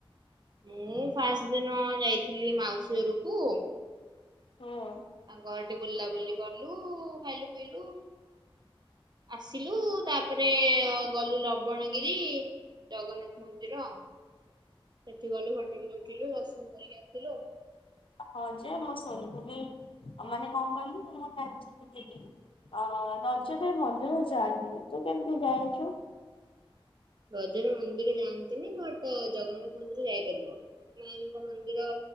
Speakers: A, on the right (about 50°); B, on the left (about 65°).
A: ମୁଁ ଫାଷ୍ଟ ଦିନ ଯାଇଥିଲି ମାଉସୀ ଘରକୁ।
B: ହଁ।
A: ତାଙ୍କ ଘଟି ବୁଲାବୁଲି କଲୁ ଖାଇଲୁ ପିଇଲୁ। ଆସିଲୁ ତାପରେ ଗଲୁ ଲବଣଗିରି ଜଗନ୍ନାଥ ମନ୍ଦିର ସେଠି ଗଲୁ ଫଟ ଟିକେ ଉଠେଇଲୁ ଦର୍ଶନ କରିକି ଆସିଲୁ।
B: ହଉ ଯେ ମୁଁ <unintelligible> ମାନେ କଣ କହିଲୁ ମୁଁ <unintelligible> ଅ ରଜରେ ମନ୍ଦିର ଯାଆନ୍ତିନି ତୁ କେମିତି ଯାଇଚୁ।
A: ରଜରେ ମନ୍ଦିର ଯାଆନ୍ତିନି ବଟ ଜଗନ୍ନାଥ ମନ୍ଦିର ଯାଇପାରିବ। ମାଙ୍କ ମନ୍ଦିର